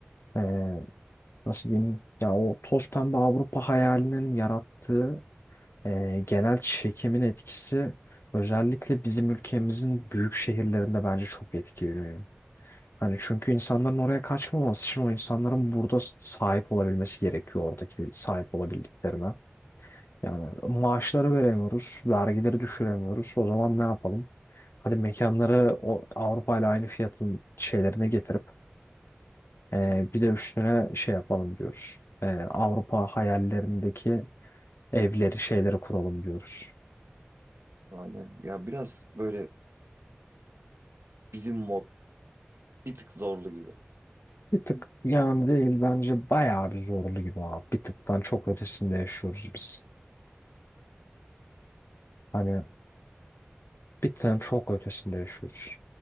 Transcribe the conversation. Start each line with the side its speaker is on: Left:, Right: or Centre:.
Left: Ee, nasıl diyeyim? Ya o toz pembe Avrupa hayalinin yarattığı e, genel çekimin etkisi özellikle bizim ülkemizin büyük şehirlerinde bence çok etkiliyor. Hani çünkü insanların oraya kaçmaması için o insanların burada sahip olabilmesi gerekiyor oradaki sahip olabildiklerine. Yani maaşları veremiyoruz, vergileri düşüremiyoruz. O zaman ne yapalım? Hadi mekanları o Avrupa ile aynı fiyatın şeylerine getirip e, bir de üstüne şey yapalım diyoruz. E, Avrupa hayallerindeki evleri şeyleri kuralım diyoruz.
Right: Aynen. Ya biraz böyle bizim mod bir tık zorlu gibi.
Left: Bir tık yani değil bence bayağı bir zorlu gibi abi. Bir tıktan çok ötesinde yaşıyoruz biz. Hani bir tıktan çok ötesinde yaşıyoruz.